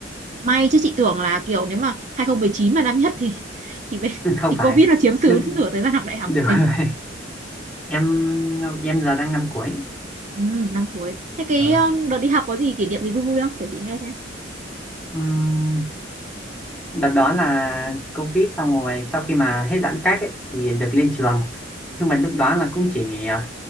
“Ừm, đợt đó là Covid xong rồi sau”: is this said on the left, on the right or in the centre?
Centre